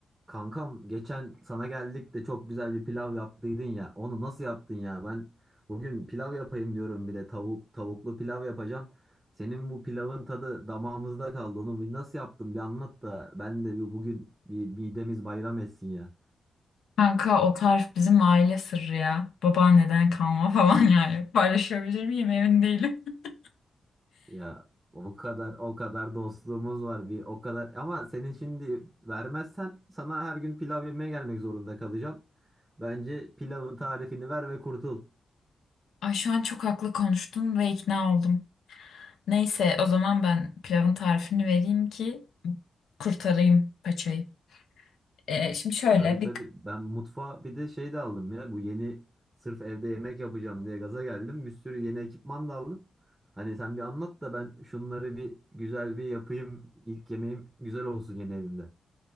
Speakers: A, on the right (about 20°); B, on the left (about 80°).
A: Kankam geçen sana geldik de çok güzel bir pilav yaptıydın ya. Onu nasıl yaptın ya? Ben bugün pilav yapayım diyorum bir de tavuk tavuklu pilav yapacağım. Senin bu pilavın tadı damağımızda kaldı. Onu bir nasıl yaptın bir anlat da ben de bir bugün bir midemiz bayram etsin ya.
B: Kanka o tarif bizim aile sırrı ya. Babaanneden kalma falan <laughs> yani. Paylaşabilir miyim emin değilim. <laughs>
A: Ya o kadar o kadar dostluğumuz var bir o kadar ama senin şimdi vermezsen sana her gün pilav yemeye gelmek zorunda kalacağım. Bence pilavın tarifini ver ve kurtul.
B: Ay şu an çok haklı konuştun ve ikna oldum. Neyse o zaman ben pilavın tarifini vereyim ki kurtarayım paçayı. Ee, şimdi şöyle
A: Tabii tabii.
B: bir
A: Ben mutfağa bir de şey de aldım ya. Bu yeni sırf evde yemek yapacağım diye gaza geldim. Bir sürü yeni ekipman da aldım. Hani sen bir anlat da ben şunları bir güzel bir yapayım. İlk yemeğim güzel olsun yeni evimde.